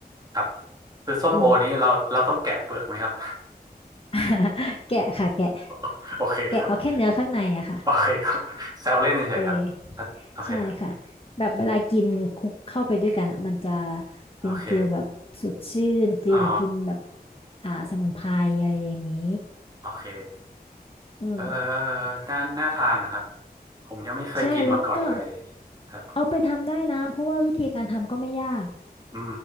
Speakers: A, on the right (about 25°); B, on the left (about 35°).
A: ครับคือส้มโอนี้เราเราต้องแกะเปลือกไหมครับ
B: อืม <laughs> แกะค่ะแกะ
A: <laughs> โอเคครับ
B: แกะเอาแค่เนื้อข้างในอะค่ะ
A: โอเคครับแซวเล่นเฉยๆครับอ่ะโอเค
B: เออใช่ค่ะแบบเวลากินคลุกเข้าไปด้วยกันอ่ะมันจะเป็นฟีลแบบสดชื่นฟีลแบบกินแบบ
A: โอเคอ๋อ
B: อ่าสมุนไพรอะไรอย่างนี้
A: โอเค
B: อืม
A: เออน่าน่าทานนะครับผมยังไม่เคยกินมาก่อนเลย
B: ใช่แล้วก็
A: ครับ
B: เอาไปทำได้นะเพราะว่าวิธีการทำก็ไม่ยาก
A: อื